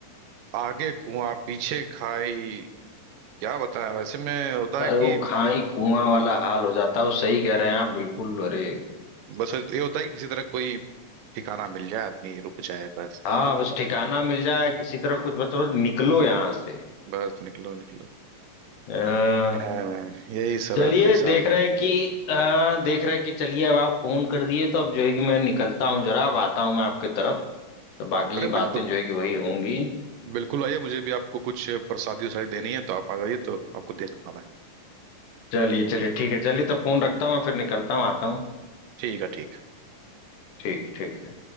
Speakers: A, on the right; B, on the left.
A: आगे कुआं पीछे खाई क्या बताएं वैसे में होता है
B: अरे
A: कि
B: वो खाई कुआं वाला हाल हो जाता है वो सही कह रहे हैं आप बिल्कुल अरे
A: बस ये होता है कि किसी तरह कोई ठिकाना मिल जाए आदमी रुक जाए बस
B: हाँ बस ठिकाना मिल जाए किसी तरह कुछ बस बस निकलो यहाँ से
A: बस निकलो निकलो
B: अ,
A: हाँ, यही सब
B: चलिए
A: है भाई
B: देख
A: साहब
B: रहे कि अ, देख रहे कि चलिए अब आप फोन कर दिए तो अब जो है कि मैं निकलता हूँ जरा अब आता हूँ मैं आपके तरफ तो बाकी
A: अरे
B: की
A: बिल्कुल
B: बातें जो है कि वही होंगी
A: बिल्कुल आइए मुझे भी आपको कुछ प्रसादी उसादी देनी है तो आप आ जाइए तो आपको दे दूंगा मैं
B: चलिए चलिए ठीक है चलिए तो फोन रखता हूँ मैं फिर निकलता हूँ आता हूँ
A: ठीक है ठीक
B: ठीक ठीक है